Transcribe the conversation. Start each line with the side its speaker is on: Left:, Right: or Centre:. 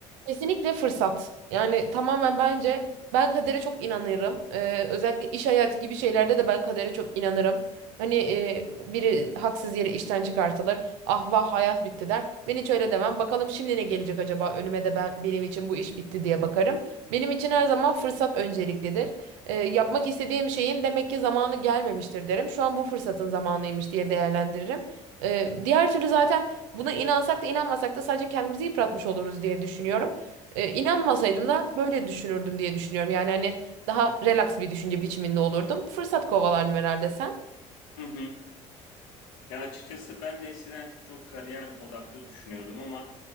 Right: Kesinlikle fırsat. Yani tamamen bence ben kadere çok inanırım. Ee, özellikle iş hayatı gibi şeylerde de ben kadere çok inanırım. Hani e, biri haksız yere işten çıkartılır. Ah vah hayat bitti der. Ben hiç öyle demem. Bakalım şimdi ne gelecek acaba önüme de ben benim için bu iş bitti diye bakarım. Benim için her zaman fırsat önceliklidir. Ee, yapmak istediğim şeyin demek ki zamanı gelmemiştir derim. Şu an bu fırsatın zamanıymış diye değerlendiririm. Ee, diğer türlü zaten Buna inansak da inanmasak da sadece kendimizi yıpratmış oluruz diye düşünüyorum. E, inanmasaydım da böyle düşünürdüm diye düşünüyorum. Yani hani daha relax bir düşünce biçiminde olurdum. Fırsat kovalardım herhalde sen.
Left: hı hı. Ya açıkçası ben de eskiden çok kariyer odaklı düşünüyordum ama